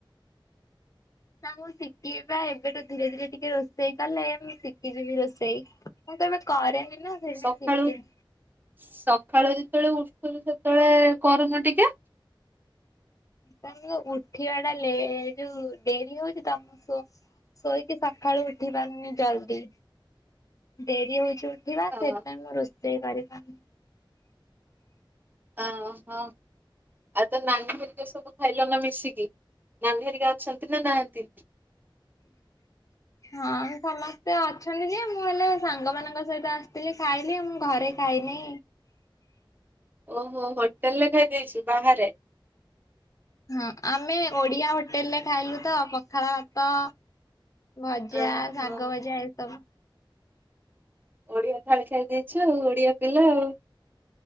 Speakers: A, on the left; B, on the right.
A: ନା ମୁଁ ଶିଖିବି ବା ଏବେଠୁ ଧୀରେ ଧୀରେ ଟିକେ ରୋଷେଇ କଲେ ମୁଁ ଶିଖିଯିବି ରୋଷେଇ। ମୁଁ କେବେ କରେନି ନା। ସେଇଥିପାଇଁ
B: ସକାଳୁ
A: ଶିଖିନି।
B: ସକାଳୁ ଯେତେବେଳେ ଉଠୁଛୁ ସେତେବେଳେ କରୁନୁ ଟିକେ।
A: ତ ମୋ ଉଠିବା ଟା ଲେ ଯୋଉ ଡେରି ହଉଛି ତ ମୁଁ ସୋ ଶୋଇକି ସକାଳୁ ଉଠି ପାରୁନି ଜଲଦି ଡେରି ହଉଛି ଉଠ ଉଠିବା
B: ହଁ
A: ସେଇଥି ପାଇଁ ମୁଁ ରୋଷେଇ କରିପାରୁନି।
B: ଆଁ ହ ଆଉ ତ ନାନି ଘରିକ ସବୁ ଖାଇଲ ନା ମିଶିକି। ନାନି ପରିକା ଅଛନ୍ତି ନା ନାହାନ୍ତିିି।
A: ହଁ ସମସ୍ତେ ଅଛନ୍ତି ଯେ ମୁଁ ହେଲେ ସାଙ୍ଗ ମାନଙ୍କ ସହିତ ଆସିଥିଲି ଖାଇଲି ମୁଁ ଘରେ। ଖାଇନି।
B: ଓହୋ ହୋଟେଲ ରେ ଖାଇଦେଇଛୁ ବାହାରେ।
A: ହୁଁ ଆମେ ଓଡିଆ ହୋଟେଲରେ ଖାଇଲୁ ତ ପଖାଳ ଭାତ। ଭଜା
B: ଓହୋ
A: ଶାଗ ଭଜା ଏସବୁ।
B: ଓଡିଆ ଥାାଳି ଖାଇ ଦେଇଛୁ ଆଉ ଓଡିଆ ପିଲା ଆଉ।